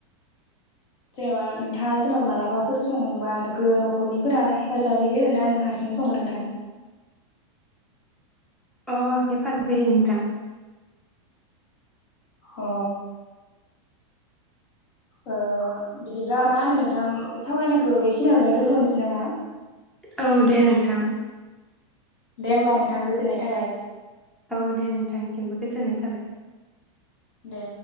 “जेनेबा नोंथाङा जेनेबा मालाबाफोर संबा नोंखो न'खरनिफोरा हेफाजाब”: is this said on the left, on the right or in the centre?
Left